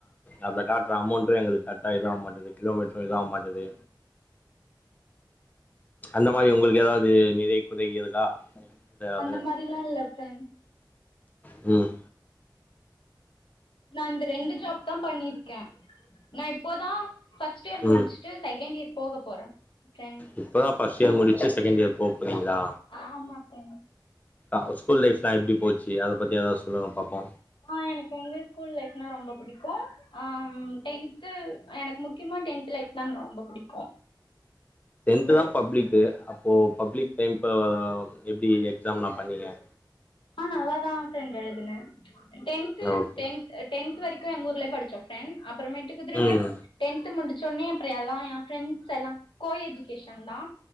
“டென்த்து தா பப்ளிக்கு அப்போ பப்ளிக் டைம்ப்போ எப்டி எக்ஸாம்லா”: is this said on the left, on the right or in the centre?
Left